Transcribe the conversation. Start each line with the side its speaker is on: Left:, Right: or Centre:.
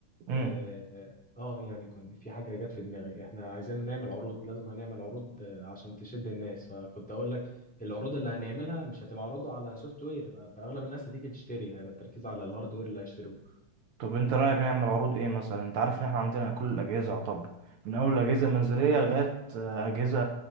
Right: امم
Centre: اه آه، يعني كنت في حاجة جت في دماغي احنا عايزين نعمل عروض لازم هنعمل عروض آه، عشان تشد الناس فكنت اقول لك العروض اللي هنعملها مش هتبقى عروض على سوفت وير فاغلب الناس هتيجي تشتري هيبقى التركيز على الهاردوير اللي هيشتروه
Right: طب انت رايك نعمل عروض ايه مثلا انت عارف ان احنا عندنا كل الاجهزه يعتبر من اول الاجهزه المنزليه لغايه آه، اجهزه